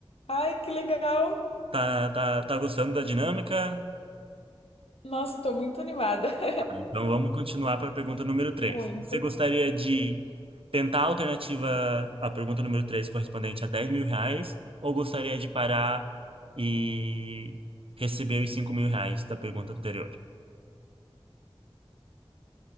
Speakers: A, on the left (about 80°); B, on the right (about 70°).
A: Ai, que legal!
B: Tá, tá, tá gostando da dinâmica?
A: Nossa, estou muito animada. <laughs>
B: Ah, Então, vamos continuar para a pergunta número 3.
A: Muito.
B: Você gostaria de tentar a alternativa à pergunta número 3 correspondente a dez mil reais, ou gostaria de parar e receber os cinco mil reais da pergunta anterior?